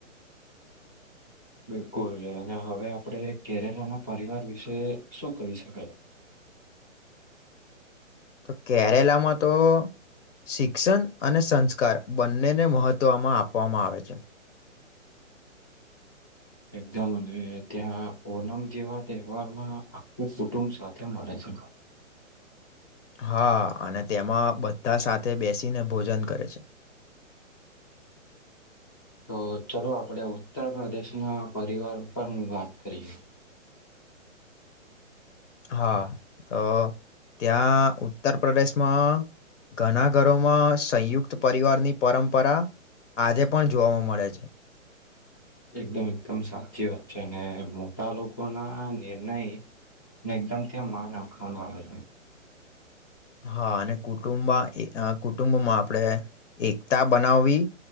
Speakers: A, on the left; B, on the left.
A: <inaudible> બિલકુલ અને હવે આપણે કેરેલાના પરિવાર વિશે શું કહી શકાય, <inaudible>
B: તો કેરેલા માં તો શિક્ષણ અને સંસ્કાર બંનેને મહત્વમાં આપવામાં આવે છે,
A: એકદમ અને ત્યાં ઓનમ જેવા તહેવાર માં આખું કુટુંબ સાથે મળે છે, <unintelligible>
B: હા, અને તેમાં બધા સાથે બેસીને ભોજન કરે છે.
A: <unintelligible> તો ચાલ આપડે ઉત્તર પ્રદેશ ના પરિવાર પર વાત કરીએ,
B: હા, તો ત્યાં ઉત્તર પ્રદેશમાં ઘણા ઘરોમાં સંયુક્ત પરિવારની પરંપરા આજે પણ જોવાવામાં મળે છે,
A: એકદમ એકદમ સાચી વાત છે અને મોટા લોકો ના નિર્ણય ને એકદમ ત્યાં માન આપખવામાં આવે છે
B: હા અને કુટુંબ કુટુંબમાં આપણે એકતા બનાવવી